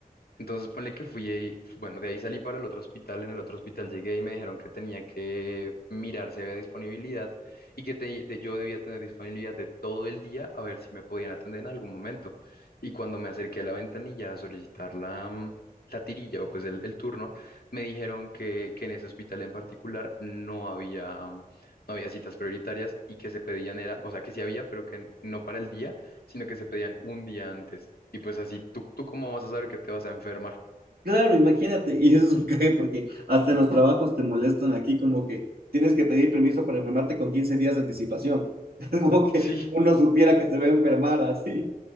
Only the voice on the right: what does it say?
Claro, imagínate, y eso es un cague porque hasta en los trabajos te molestan aquí como que tienes que pedir permiso para enfermarte con 15 días de anticipación. <laughs> Es como que
uno supiera que se va a enfermar así.